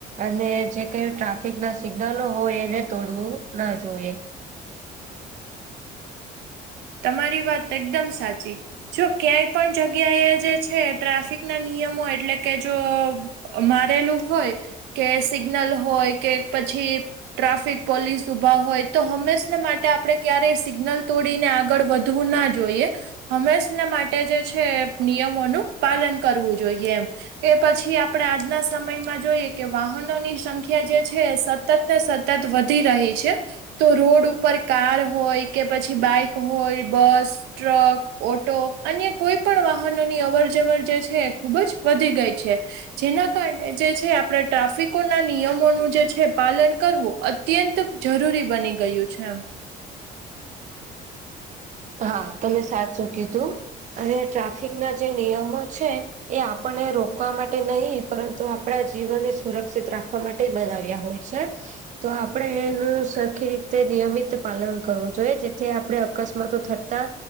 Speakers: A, on the right; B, on the right.
A: અને જે કઈ ટ્રાફિક ના સિગ્નલો હોય એને તોડવું ના જોઈએ.
B: તમારી વાત એકદમ સાચી જો ક્યાંય પણ જગ્યાએ જે છે ટ્રાફિક ના નિયમો એટલે કે જો મારેલું હોય કે સિગ્નલ હોય કે પછી ટ્રાફિક પોલીસ ઉભા હોય તો હંમેશને માટે આપડે ક્યારેય સિગ્નલ તોડીને આ આગળ વધવું ના જોઈએ. હંમેશના માટે જે છે નિયમોનું પાલન કરવું જોઈએ એમ એ પછી આપણેે આજના સમયમાં જોઈએ કે વાહનોની સંખ્યા જે છે સતત ને સતત વધી રહી છે તો રોડ ઉપર કાર હોય કે પછી બાઈક કોઈ બસ ટ્રક ઓટો અન્ય કોઈ પણ વાહનોની અવર જવર જે છે એ ખુબ જ વધી ગઈ છે. જેના કારણે જે છે આપણે ટ્રાફિકોના નિયમોનું જે છે પાલન કરવું અત્યંત જરૂરી બની ગયું છે એમ
A: હા તમે સાચું કીધું અને ટ્રાફિક ના જે નિયમો છે એ આપણને રોકવા માટે નહી પરંતુ આપણા જીવનને સુરક્ષિત રાખવા માટે બનાવ્યા હોય છે. તો આપણે એનું સરખી રીતે નિયમિત પાલન કરવું જોઈએ જેથી આપણે અકસ્માતો થતા